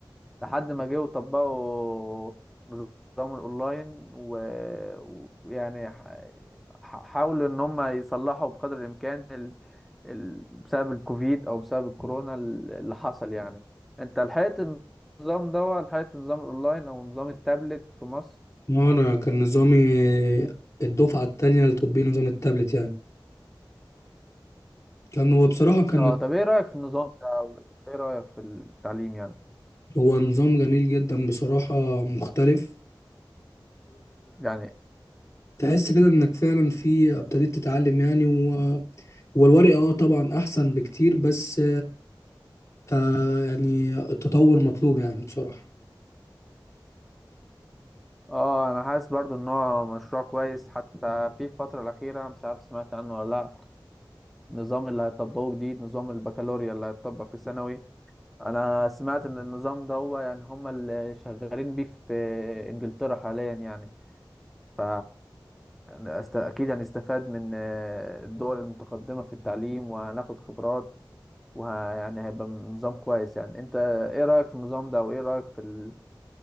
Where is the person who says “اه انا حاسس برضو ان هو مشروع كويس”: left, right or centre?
Centre